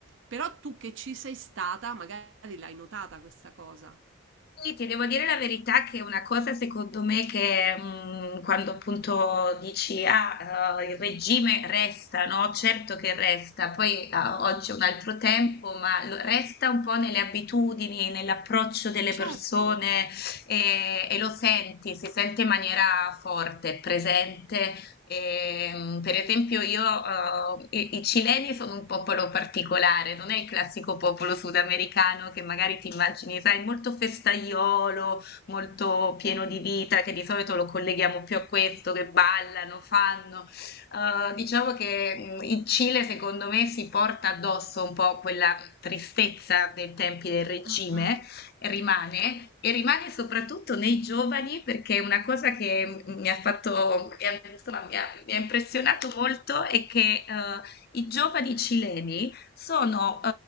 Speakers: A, on the right; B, on the left.
A: però tu che ci sei stata, magari l'hai notata questa cosa.
B: Sì, ti devo dire la verità che una cosa secondo me che mm, quando appunto dici ah, eh, il regime resta, no? Certo che resta, poi ah, oggi è un altro tempo, ma lo- resta un po' nelle abitudini, nell'approccio delle
A: Ah, Certo.
B: persone e, e lo senti, si sente in maniera forte, presente Ehm, per esempio, io, eh, i, i cileni sono un popolo particolare, non è il classico popolo sudamericano che magari ti immagini, sai, molto festaiolo, molto pieno di vita, che di solito lo colleghiamo più a questo, che ballano, fanno. Eh, diciamo che mh, il Cile, secondo me, si porta addosso un po' quella tristezza dei tempi del regime
A: Mm, mm.
B: rimane e rimane soprattutto nei giovani perché una cosa che m- mi ha fatto, mi ha- insomma, mi ha, mi ha impressionato molto è che eh, i giovani cileni sono,